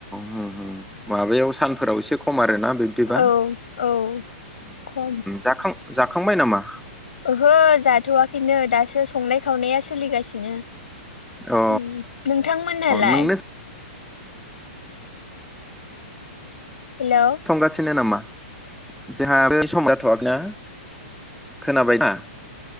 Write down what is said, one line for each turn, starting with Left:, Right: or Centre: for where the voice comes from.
Centre: होम होम माबायाव सानफोराव एसे खम आरो ना बिब्दिबा
Left: औ औ खम
Centre: जाखां जाखांबाय नामा
Left: ओहो जाथ'वाखैनो दासो संनाय खावनाया सोलिगासिनो
Centre: अ
Left: उम नोंथां मोनालाय
Centre: नोंनो
Left: हेलौ
Centre: संगासिनो नामा जोंहा आरो सम जाथ'वाखैना खोनाबायना